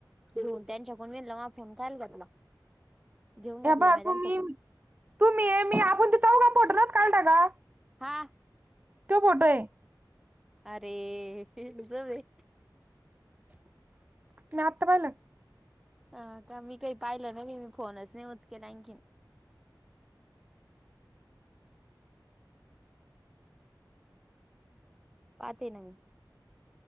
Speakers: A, in the centre; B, on the right.
A: तेरो त्यांच्याकून, नवीन फोन कायला घेतला? घेऊन घेतला
B: हे पहा
A: म्या त्यांच्याकूनच.
B: तुम्ही तुम्ही ये, मी आपण तो चौघं फोटो नव्हता काढला का,
A: हा
B: त्यो फोटो आहे.
A: अरे! हे न जवे.
B: तुम्ही आता पाहिलं?
A: ह का, मी काही पाहिलं ना, मी फोनच नाही यूज केला आणखीन. पाहते ना मी.